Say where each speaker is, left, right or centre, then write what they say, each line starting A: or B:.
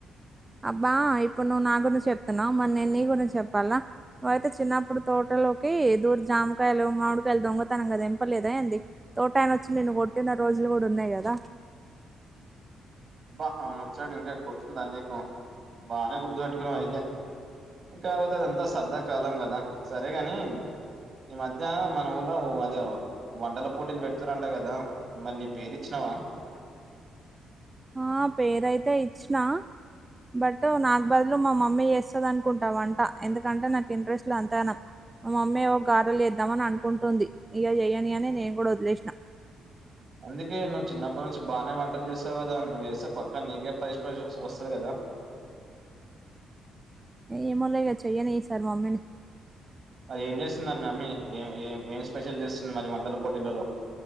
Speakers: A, on the right (about 20°); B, on the right (about 45°).
A: అబ్బా ఇప్పుడు నువ్వు నా గురించి చెప్తున్నావ్ మరి నేను నీ గురించి చెప్పాలా నువ్వయితే చిన్నప్పుడు తోట లోకి దూర్ జామకాయలు మామిడికాయలు దొంగతనం గ ఎంపలేద ఏంది తోటయన వచ్చి నిన్ను కొట్టిన రోజులు కూడ ఉన్నాయి కద
B: అబ్బా అ ముచ్చాట ఇంకా గుర్తుంద నీకు బానే గుర్తు పేట్టుకున్నావ్ అయితే కాకపోతే అదంతా సరదా కాలం కద సరేగాని ఈ మధ్య మన ఊల అదే వంటల పోటీలు పెడుతురంటా కదా మరి నీ పేరు ఇచ్చిన ప
A: ఆ పేరయితే ఇచ్చిన బట్ నాకు బదులు మా మమ్మీ చేస్తది అనుకుంట వంట ఎందుకంటే నాకు ఇంట్రెస్ట్ లో అంత గణం మమ్మీ ఏవో గారెలేద్దామని ఆన్ అనుకుంటోంది ఇగ చెయని అని నేను కూడ వదిలేసిన
B: అందుకే నువ్వు చిన్నప్పటి నుంచి బానే వంటలు చేస్తావు కదా నువ్ చేస్తే పక్కా నీకే ఫస్ట్ ప్రైజ్ వస్తది కద
A: ఏమో లే ఇగ చెయ్యనీ ఈసార్ మమ్మీని
B: ఏం చేస్తుంది మరి మమ్మీ ఏ ఏ ఏం స్పెషల్ చేస్తుంది మరి వంటల పోటీలలో